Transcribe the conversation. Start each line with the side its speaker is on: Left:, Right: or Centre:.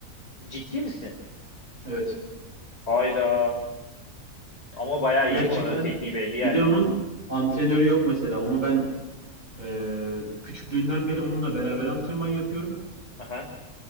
Left: Ciddi misin?
Right: Evet.
Left: Hayda. Ama bayağı
Right: Gerçekten
Left: iyi bu arada tekniği belli
Right: bir
Left: yani.
Right: de onun antrenörü yok mesela. Onu ben e, küçüklüğünden beri onunla beraber antrenman yapıyorum.
Left: Aha.